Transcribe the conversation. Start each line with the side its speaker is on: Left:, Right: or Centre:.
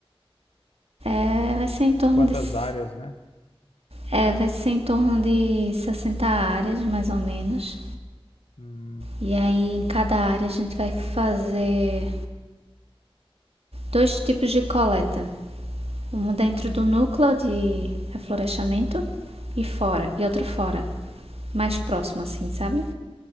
Right: É, vai ser em torno
Left: Quantas
Right: de, s-
Left: áreas, né?
Right: é, vai ser em torno de 60 áreas, mais ou menos.
Left: Hum,
Right: E aí, em cada área, a gente vai fazer dois tipos de coleta: um dentro do núcleo de reflorestamento e fora, e outro fora, mais próximo, assim, sabe?